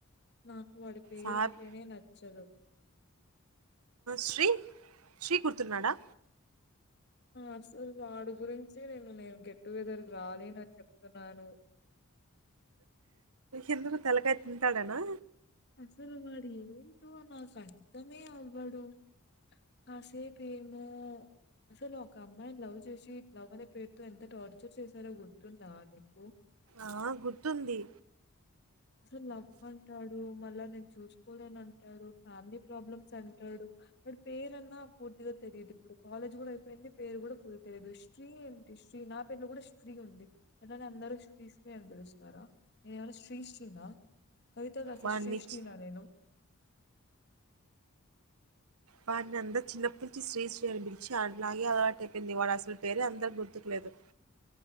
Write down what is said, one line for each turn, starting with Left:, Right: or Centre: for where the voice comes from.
Left: నాకు వాడి పేరు
Right: సాబ్
Left: అంటేనే నచ్చదు
Right: శ్రీ శ్రీ గుర్తున్నాడా
Left: అసల్ వాడు గురించి నేను నేను గెట్ టు గెదర్ రాలేనని చెప్తున్నాను
Right: ఎందుకు తలకాయ తింటాడానా
Left: అసలు వాడు ఏంటో నాకు అర్థమే అవ్వడు కాసేపేమో అసలు ఒక అమ్మాయిని లవ్ చేసి లవ్ అనే పేరుతో ఎంత టార్చర్ చేశాడో గుర్తుందా నీకు
Right: ఆ గుర్తుంది
Left: అసలు లవ్ అంటాడు మళ్ళా నేను చూసుకోలేని అంటాడు ఫ్యామిలీ ప్రాబ్లమ్స్ అంటాడు వాడి పేరున్నా పూర్తిగా తెలీదు ఇప్పుడు కాలేజ్ కూడా అయిపోయింది పేరు కూడా పూర్తిగా తెలియదు శ్రీ ఏంటి శ్రీ నా పేర్లు కూడా శ్రీ ఉంది అలాగే అందరు శ్రీ శ్రీ అని పిలుస్తారా నేనేమైనా శ్రీశ్రీ నా కవితలురాసే
Right: వాడిని
Left: శ్రీశ్రీనా
Right: చ్
Left: నేను
Right: వాన్ని అంతా చిన్న పిలిచి శ్రీశ్రీ అని పిలిచి అట్లాగే అలవాటు అయిపోయింది వాడు అసలు పేరే అందరూ కి గుర్తుకులేదు